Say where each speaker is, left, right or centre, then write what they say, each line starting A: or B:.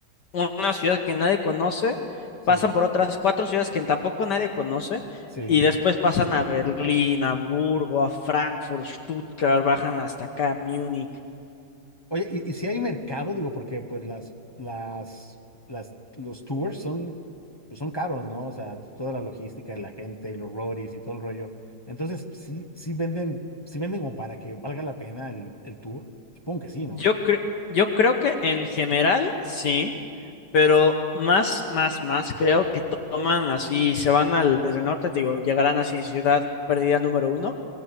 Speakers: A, on the left; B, on the left.
A: una ciudad que nadie conoce,
B: sí,
A: pasan por otras cuatro ciudades que tampoco nadie conoce,
B: sí.
A: y después pasan a Berlín, a Hamburgo, a Frankfurt, Stuttgart, bajan hasta acá, Múnich.
B: Oye, ¿y, y si hay mercado? Digo, porque pues las, las, las, los tours son, pues son caros, ¿no? O sea, toda la logística y la gente y los roadies y todo el rollo. Entonces, sí, sí venden, sí venden como para que valga la pena el, el tour. Supongo que sí, ¿no?
A: Yo cre- yo creo que en general sí, pero más, más, más creo que toman así, se van al, desde el norte, te digo, llegarán así en Ciudad Perdida número uno,